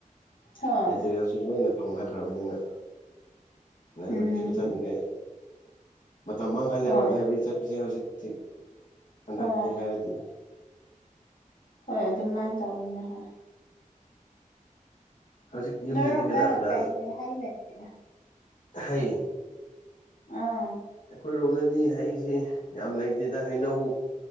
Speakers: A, on the left (about 80°); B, on the left (about 65°).
A: ꯍꯣꯏ
B: <unintelligible> ꯂꯣꯏꯅ ꯐꯪꯅꯈ꯭ꯔꯕꯅꯤꯅ ꯂꯥꯏꯕꯔꯤꯁꯨ
A: ꯎꯝ
B: ꯆꯠꯅꯤꯡꯉꯦ ꯃꯇꯝ ꯃꯥꯡꯍꯜꯂꯦꯕ
A: ꯍꯣꯏ
B: ꯂꯥꯏꯕ꯭ꯔꯤ ꯆꯠꯄꯁꯦ ꯍꯧꯖꯤꯛꯇꯤ ꯍꯟꯗꯛꯇꯤ
A: ꯍꯣꯏ
B: ꯍꯥꯏꯔꯗꯤ
A: ꯍꯣꯏ ꯑꯗꯨꯃꯥꯏꯟ ꯇꯧꯕꯅꯦ ꯍꯣꯏ
B: ꯍꯧꯖꯤꯛ ꯌꯨꯝꯗꯗꯤ
A: ꯅꯣꯏꯔꯣꯝꯗ
B: ꯀꯅꯥ ꯀꯅꯥ
A: ꯀꯩ ꯀꯩ ꯍꯩ ꯂꯩꯒꯦ
B: ꯍꯩ
A: ꯑꯥ
B: ꯑꯩꯈꯣꯏꯔꯣꯝꯗꯗꯤ ꯍꯩꯁꯦ ꯌꯥꯝ ꯂꯩꯇꯦꯗ ꯍꯩꯅꯧ